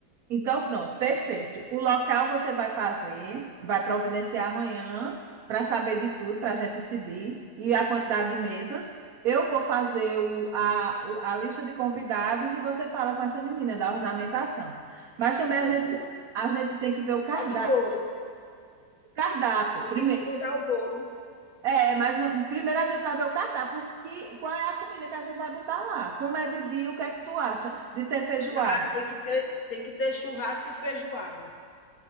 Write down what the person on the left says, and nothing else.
Certo.
Falta o bolo.
Tem
que encomendar o bolo.
Ah, tem que ter, tem que ter churrasco e feijoada.